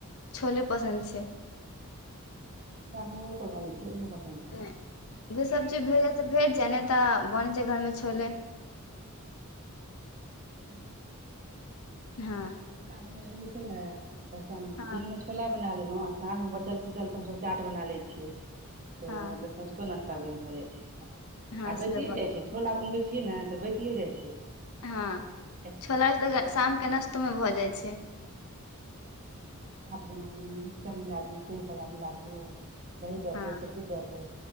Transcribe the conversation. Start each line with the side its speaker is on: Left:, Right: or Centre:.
Left: छोले पसन्द छै
Right: कब न <unintelligible>
Left: नहि जे सब चीज भेट जा से भेट जाय नहि तऽ बनै छै घरमे छोले
Right: क लै छै
Left: हँ
Right: रामनलनि होइ ने त
Left: हँ
Right: दिनमे छोला बना लेलउ आ साँझ मे बचल खुचल के हम सब चाट बना ले छियै फेरो
Left: हँ
Right: तब सझको न तबे हो जाइ छै
Left: हँ
Right: आ
Left: से
Right: बचिये
Left: तऽ भऽ
Right: जाइ
Left: जाय
Right: छै छोला बनबै छियै ने तबचिये जाइ छै
Left: हँ
Right: चाट
Left: छोला तऽ शामके नशतोमे भऽ जाइ छै
Right: मिक्र मिकचर दियऔ सेबवला मिल दियऔ दही दए
Left: हँ
Right: दियऔ चटनी दए दियऔ